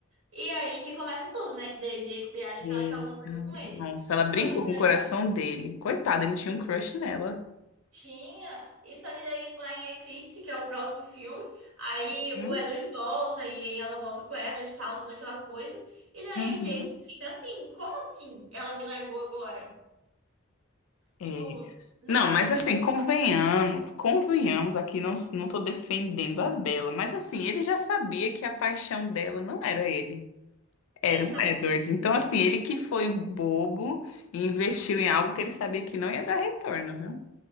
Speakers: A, on the right; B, on the left.
A: E aí que começa tudo, né? Que daí o Jacob acha
B: E,
A: que ela quer alguma coisa com ele.
B: nossa, ela brincou
A: Só que daí.
B: com o coração dele. Coitado, ele tinha um crush nela.
A: Tinha, e só que daí lá em Eclipse, que é o próximo filme, aí
B: Hum,
A: o Edward volta e ela volta com o Edward e tal, toda aquela coisa. E daí
B: Uhum.
A: o Jacob fica assim, como assim? Ela me largou agora?
B: É.
A: Tipo, né?
B: Não, mas
A: Coisa-
B: assim, convenhamos, convenhamos, aqui não, não tô defendendo a Bela, mas assim, ele já sabia que a paixão dela não era ele, era
A: É, sabe?
B: o Edward. Então, assim, ele que foi um bobo e investiu em algo que ele sabia que não ia dar retorno, viu?